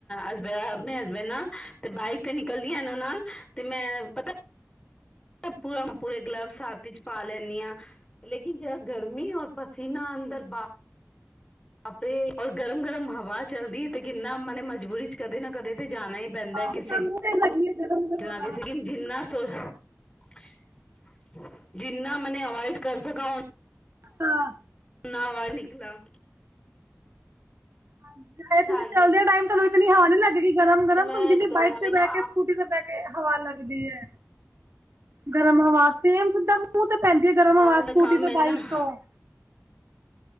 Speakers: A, on the left (about 15°); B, on the right (about 55°).
A: ਅਸਬੇ, ਆਪਣੇ ਹਸਬੈਂਡ ਨਾਲ, ਤੇ ਬਾਈਕ ਤੇ ਨਿਕਲਦੀਆਂ ਨਾ। ਨਾਲ, ਤੇ ਮੈਂ ਪਤਾ। ਪੂਰਾ ਪੂਰੇ ਗਲਵਸ ਹੱਥ ਵਿੱਚ ਚ ਪਾ ਲੈਂਨੀ ਹਾਂ ।ਲੇਕਿਨ ਜਿਹੜਾ ਗਰਮੀ ਹੋ ਪਸੀਨਾ, ਅੰਦਰ ਬਾਰ। ਆਪੇ, ਔਰ ਗਰਮ-ਗਰਮ ਹਵਾ ਚੱਲਦੀ ਹੈ, ਤੇ ਕਿੰਨਾ ਮਨੇ ਮਜ਼ਾ। ਮਜਬੂਰੀ ਚ ਕਦੇ ਨਾ ਕਦੇ ਤੇ ਜਾਣਾ ਹੀ ਪੈਂਦਾ। ਕਿਸੇੇ,
B: ਕਿੱਦਾਂ ਮੂੰਹ ਤੇ ਲੱਗੀ ਹੈ ਗਰਮ ਗਰਮ
A: ਜਿੰਨਾ ਦੀ ਸੀਗ <unintelligible> ਜਿੰਨਾ ਮਨੇ ਅਵੋਇਡ। ਕਰ ਸਕਕਾ, ਓ
B: ਹਾਂ।
A: ਨਾ ਬਾਰ ਨਿਕਲਾ।
B: ਹਾਂਜੀ। ਐ
A: ਹਾਂਜੀ
B: ਤੁਸੀਂ ਚਲਦੇ
A: ਤੇ
B: ਟਾਈਮ ਤਾਨੂੰ ਇਤਨੀ ਹਵਾ ਨੀ ਲੱਗੇ ਗੀ ਗਰਮ -ਗਰਮ,
A: ਮੈਂ
B: ਤਾਨੁੰ ਜਿੰਨੀ
A: ਨਿਕਲਣਾ
B: ਬਾਈਕ ਤੇ
A: ਵੀ ਨਾ
B: ਬਹਿ ਕੇ -ਸਕੂਟੀ ਤੇ ਬਹਿ ਕੇ ਹਵਾ ਲੱਗਦੀ ਐ। ਗਰਮ ਹਵਾ, ਸੇਮ ਸਿਧਾ ਮੂੰਹ ਤੇ ਪੈਂਦੀ ਏ ਗਰਮ
A: ਹਾਂ
B: ਹਵਾ ਸਕੂਟੀ
A: ਕੰਮ
B: ਤੇ
A: ਇਨਾ
B: ਬਾਈਕ ਤੋਂ ।